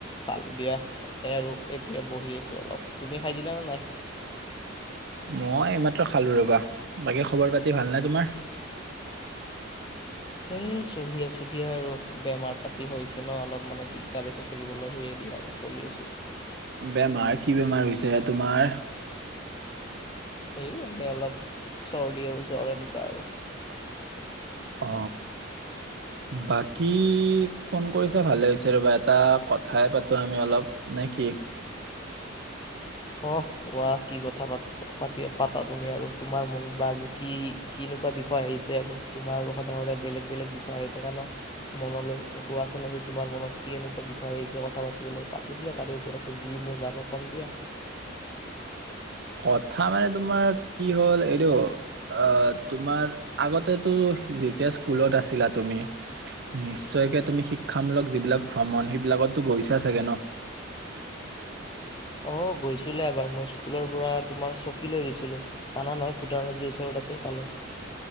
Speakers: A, on the left (about 25°); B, on the right (about 60°).
A: খালো দিয়া তাকে আৰু এতিয়া বহি আছো অলপ তুমি খাই দিলা নে নাই
B: মই এইমাত্ৰ খালো ৰবা বাকী খবৰ পাতি ভাল নে তোমাৰ
A: সেই চলি আছো দিয়া আৰু বেমাৰ পাতি হৈছে ন অলপ মানে দিগদাৰ আছে থাকিবলৈ সেয়ে দিয়া আৰু চলি আছো
B: বেমাৰ কি বেমাৰ হৈছে তোমাৰ
A: এই এনেই অলপ চৰ্দি আৰু জ্বৰ এনেকুৱা আৰু
B: অ বাকী ফোন কৰিছা ভালে হৈছে ৰ'বা এটা কথাই পাতো আমি অলপ নে কি
A: কহ কোৱা কি কথা পাত পাতি পাতা তুমি আৰু তোমাৰ মনত বা আজি কি কিনেকুৱা বিষয় আহিছে আৰু তোমাৰ সদায় সদায় বেলেগ বেলেগ বিষয় আহি থাকে ন মনলৈ ত কোৱাচোন আজি তোমাৰ মনত কি এনেকুৱা বিষয় আহিছে কথা পাতিবলৈ পাতো দিয়া তাৰে ওপৰতে যি মই জানো কম দিয়া
B: কথা মানে তোমাৰ কি হ'ল এইটো আহ তোমাৰ আগতেতো যেতিয়া স্কুলত আছিলা তুমি নিশ্চয়কে তুমি শিক্ষামূলক যিবিলাক ভ্ৰমণ সেইবিলাকতো গৈছা চাগে ন
A: অ গৈছিলে এবাৰ মই স্কুলৰ পৰা তোমাৰ চকী লৈ গৈছিলো জানা নহয় ভূটানৰ যি ওচৰত আছে তালৈ